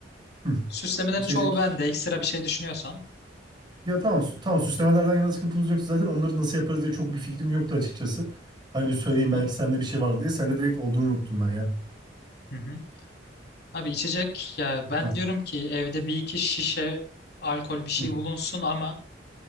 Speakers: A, on the right (about 25°); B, on the left (about 65°).
A: hı,
B: Süslemelerin
A: içecek.
B: çoğu bende. Ekstra bir şey düşünüyorsan.
A: Ya tamam, sü- tamam süslemelerden yana sıkıntımız yok zaten. Onları nasıl yaparız diye çok bir fikrim yoktu açıkçası. Hani bir söyleyeyim
B: Hı hı
A: belki sende bir şey var diye. Sende direkt olduğunu unuttum ben ya.
B: hı hı. Abi içecek ya
A: <laughs>
B: ben
A: Hah,
B: diyorum ki evde bir iki şişe alkol bir şey
A: Hı,
B: bulunsun ama